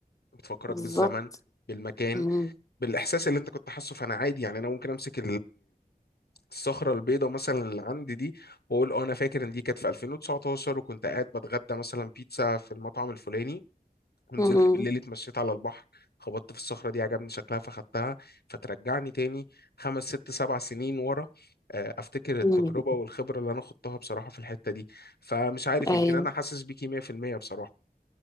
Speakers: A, on the left (about 80°); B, on the left (about 20°).
A: بتفكرك
B: بالظبط
A: بالزمن بالمكان
B: امم
A: بالإحساس اللي أنت كنت حاسه فأنا عادي يعني أنا ممكن أمسك الصخرة البيضاء مثلا اللي عندي دي واقول اه انا فاكر ان دي كانت في 2019 وكنت قاعد بتغدى مثلا بيتزا في المطعم الفلاني ونزلت
B: امم
A: بالليل اتمشيت على البحر خبطت في الصخرة دي عجبني شكلها فخدتها فترجعني تاني خمس ست سبع سنين ورا آه، افتكر التجربة
B: أمم.
A: والخبرة اللي انا خضتها بصراحة في الحتة دي فمش عارف
B: ايوه
A: يمكن انا حاسس بيكي 100% بصراحة